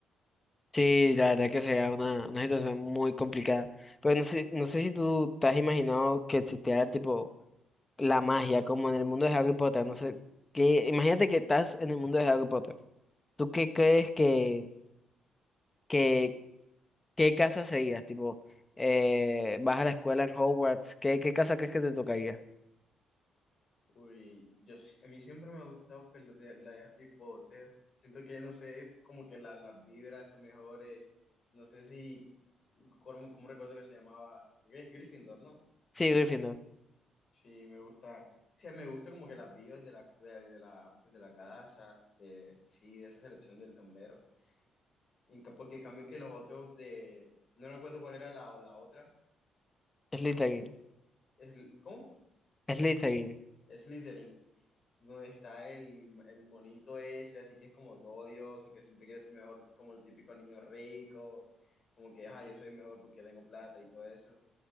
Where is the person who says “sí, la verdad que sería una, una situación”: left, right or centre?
Left